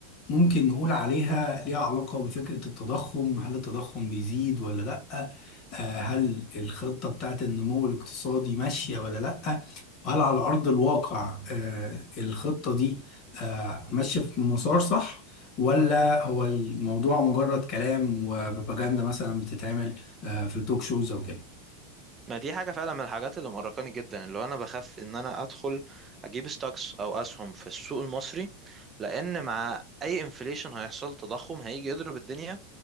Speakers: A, on the left; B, on the right.
A: ممكن نقول عليها ليها علاقة بفكرة التضخم هل التضخم بيزيد ولا لأ آه، هل الخطة بتاعت النمو الاقتصادي ماشية ولا لأ وهل على أرض الواقع آه، الخطة دي آه، ماشية في مسار صح ولا هو الموضوع مجرد كلام وبروباجندا مثلا بتتعمل آه، في التوك شوز أو كده
B: ما دي حاجه فعلا من الحاجات اللي مقرقاني جدا اللي هو انا بخاف ان انا ادخل اجيب ستوكس او اسهم في السوق المصري لان مع اي انفليشن هيحصل تضخم هيجي يضرب الدنيا